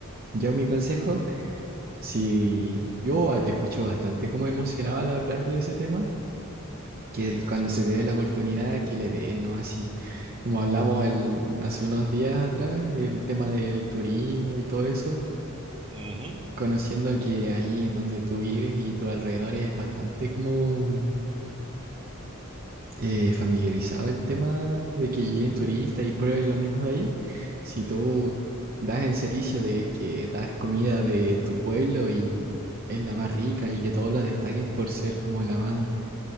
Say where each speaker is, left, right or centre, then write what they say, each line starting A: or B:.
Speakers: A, on the right; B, on the right.
A: Yo mi consejo, si yo te escucho bastante como emocionado al hablar de ese tema, que
B: Ay,
A: el-
B: gracias.
A: cuando se te dé la oportunidad, que le den, ¿no? Así como hablamos el, hace unos días atrás, el tema del turismo y todo eso,
B: Ujú,
A: conociendo que ahí donde tú vives y tu alrededor es bastante como eh, familiarizado el tema de que lleguen turistas y prueben lo mismo de ahí, si tú das el servicio de que das comida de tu pueblo y es la más rica y que todos la destaquen por ser como la más